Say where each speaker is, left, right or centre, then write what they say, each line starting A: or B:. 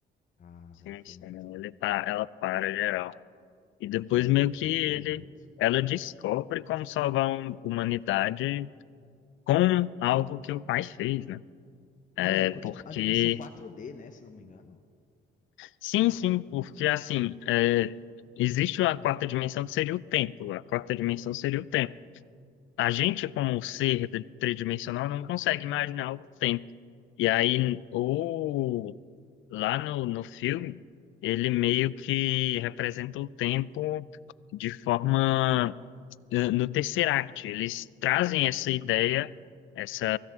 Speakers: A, on the left; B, on the left.
A: Ah,
B: sim,
A: velho, foi
B: sim,
A: muito.
B: ele tá, ela para geral. E depois
A: Aquilo ali
B: meio
A: me
B: que
A: pegou
B: ele,
A: muito.
B: ela descobre como salvar a hum- humanidade com algo que o pai fez, né?
A: É,
B: É
A: com, tipo,
B: porque,
A: a dimensão 4D, né, se não me engano.
B: sim, sim, porque assim, é, existe uma quarta dimensão que seria o tempo. A quarta dimensão seria o tempo. A gente, como um ser de- tridimensional, não consegue imaginar o tempo. E aí, ou lá no, no filme, ele meio que representa o tempo de forma no no Tesseract. Eles trazem essa ideia, essa